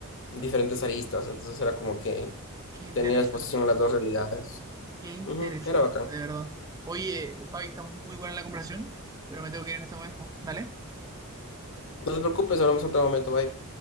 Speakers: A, on the left; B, on the right.
A: diferentes aristas, entonces era como que
B: Qué interesante,
A: tenía exposición a las dos realidades.
B: qué interesante,
A: Ujú, era bacán.
B: de verdad. Oye, Fabi, está muy buena la conversación, pero me tengo que ir en este momento. Dale.
A: No te preocupes, hablamos en otro momento, bye.